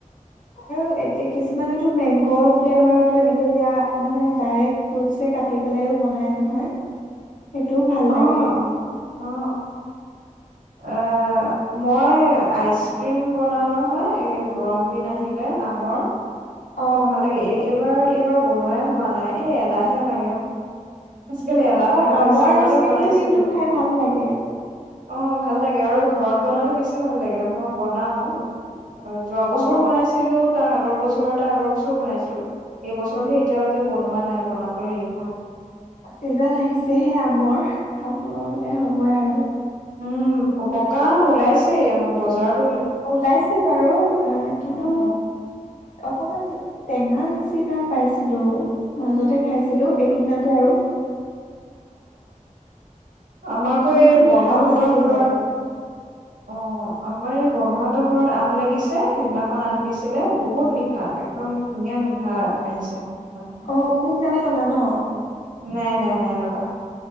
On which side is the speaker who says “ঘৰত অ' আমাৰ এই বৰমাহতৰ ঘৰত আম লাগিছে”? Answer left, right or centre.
Right